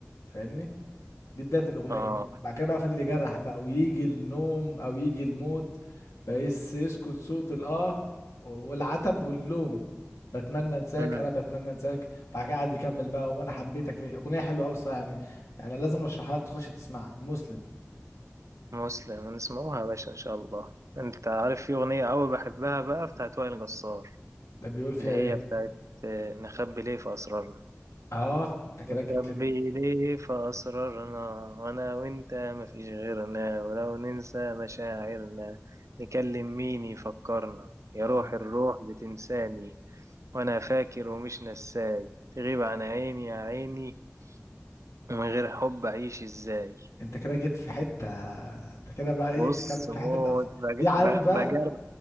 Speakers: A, on the left (about 85°); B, on the right (about 85°).
A: فاهمني دي بداية الاغنية
B: آه
A: بعد كده بقى فضل يجرح بقى ويجي النوم او يجي الموت بس يسكت صوت الاه والعتب واللوم بتمنى انساك
B: أمم،
A: انا بتمنى انساك بعد كده قعد يكمل بقى وانا حبيتك ليه اغنية حلوة قوي الصراحة يعني يعني لازم ارشحها لك تخش تسمعها مسلم
B: مسلم نسمعوها يا باشا إن شاء الله أنت عارف في أغنية أوي بحبها بقى بتاعت وائل جسار
A: ده بيقول فيها
B: اللي هي
A: ايه
B: بتاعت آه، نخبي ليه في أسرارنا
A: اه انت كده جيت
B: نخبي
A: في
B: ليه في أسرارنا وأنا وأنت مفيش غيرنا ولو ننسى مشاعرنا نكلم مين يفكرنا يا
A: ال...
B: روح الروح بتنساني وانا فاكر ومش نساي تغيب عن عيني يا عيني من غير حب اعيش ازاي
A: انت كده جيت في حته انت كده بقى ايه
B: بص
A: بتتكلم في
B: موت
A: حته تقف
B: بج-
A: دي عارف
B: ب-
A: بقى
B: بجر